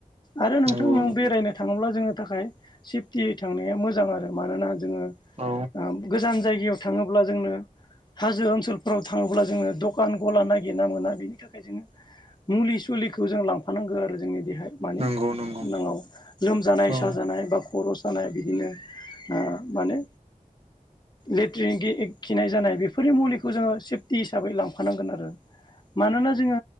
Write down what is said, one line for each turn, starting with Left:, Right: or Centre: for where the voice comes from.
Left: आरो नोंथां
Right: नंगौ
Left: नों
Right: नंगौ
Left: बेरायनो थाङोब्ला जोंनि थाखाय सेफटियै थांनाया मोजां आरो मानोना जोङो
Right: औ
Left: ओ गोजान जायगायाव थाङोब्ला जोंनो हाजो ओनसोलफोराव थाङोब्ला जोङो दखान गला नागिरना मोना बेनि थाखाय जोङो मुलि सुलिखौ जों लांफानांगौ आरो जोंनि देहाया माने
Right: नंगौ नंगौ
Left: नाङौ लोमजानाय
Right: औ
Left: साजानाय बा खर' जानाय बिदिनो आ माने लेट्रिन खिनाय जानाय बेफोरनि मुलिखौ जोङो सेफटि हिसाबै लांफानांगोन आरो। मानोना जोङो